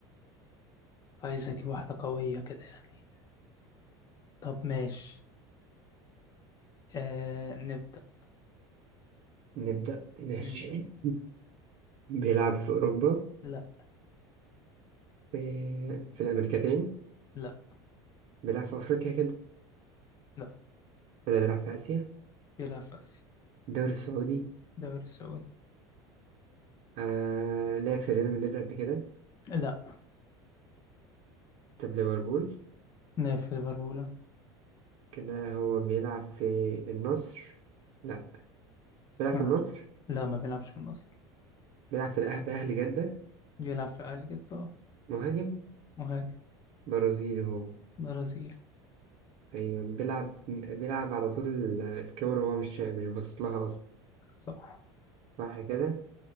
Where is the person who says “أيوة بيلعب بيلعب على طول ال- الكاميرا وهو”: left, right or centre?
Right